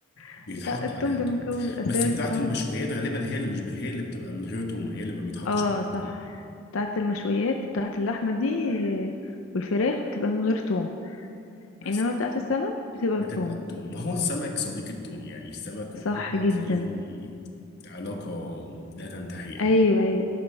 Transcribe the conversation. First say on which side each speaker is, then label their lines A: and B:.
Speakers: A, on the left (about 85°); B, on the left (about 55°).
A: <laughs>
B: بيتحط
A: لا التوم
B: عليها
A: ده
B: توم
A: المكون الأساسي
B: بس بتاعت
A: اه
B: المشويات غالبا هي اللي مش هي اللي بتبقى من غير توم هي اللي ما بيتحطش
A: اه
B: عليها
A: صح
B: توم
A: بتاعت المشويات بتاعت اللحمة دي آه، والفراخ بتبقى من غير توم
B: بس
A: إنما بتاعت السمك بتبقى
B: بتبقى
A: بتوم
B: التوم ما هو السمك صديق التوم يعني السمك
A: صح
B: والتوم
A: جدا
B: هتلاقيهم علاقة لا تنتهي
A: أيوة أيوة